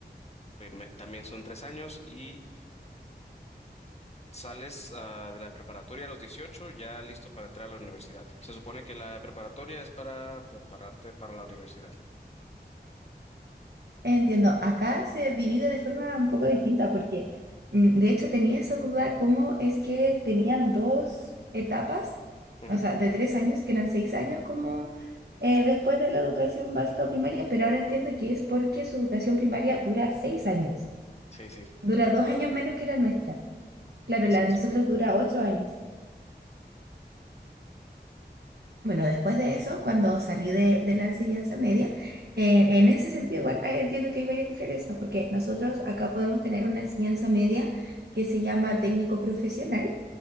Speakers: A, on the left; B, on the right.
A: primer- también son tres años y sales ah, de la preparatoria a los 18 ya listo para entrar a la universidad. Se supone que la preparatoria es para prepararte para la universidad.
B: Entiendo, acá se divide de forma un poco distinta porque mm, de hecho tenía esa duda cómo es que tenían dos etapas,
A: Ujú.
B: o sea, de tres años, que eran seis años como eh, después de la educación básica primaria, pero ahora entiendo que es porque su educación primaria dura seis años,
A: Sí, sí,
B: dura dos años menos que la nuestra. Claro,
A: así
B: la
A: es.
B: de nosotros dura ocho años. Bueno, después de eso, cuando salí de, de la enseñanza media, eh, en ese sentido igual eh, entiendo que hay varias diferencias, porque nosotros acá podemos tener una enseñanza media que se llama técnico profesional,